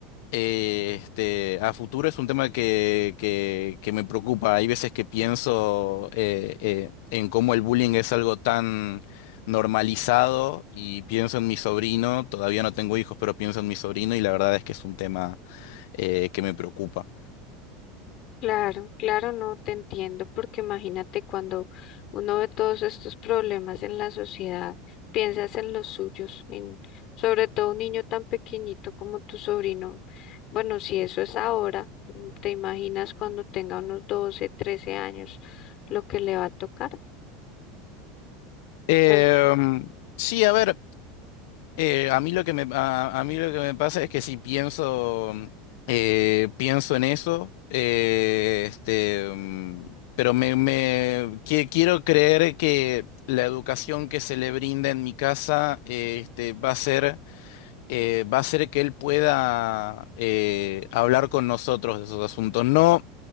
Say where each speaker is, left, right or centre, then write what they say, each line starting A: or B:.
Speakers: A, on the left; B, on the left.
A: eh, este, a futuro es un tema que, que, que me preocupa. Hay veces que pienso eh, eh, en cómo el bullying es algo tan normalizado y pienso en mi sobrino, todavía no tengo hijos, pero pienso en mi sobrino y la verdad es que es un tema eh, que me preocupa.
B: Claro, claro, no te entiendo, porque imagínate cuando uno ve todos estos problemas en la sociedad, piensas en los suyos, en sobre todo un niño tan pequeñito como tu sobrino. Bueno, si eso es ahora, mm, te imaginas cuando tenga unos 12, 13 años, lo que le va a tocar.
A: Em,
B: Pero,
A: sí, a ver. Eh, a mí lo que me, a, a mí lo que me pasa es que si pienso, eh, pienso en eso, eh, este, mm, pero me, me- qui- quiero creer que la educación que se le brinda en mi casa, eh, este, va a ser, eh, va a ser que él pueda, eh, hablar con nosotros de esos asuntos. No,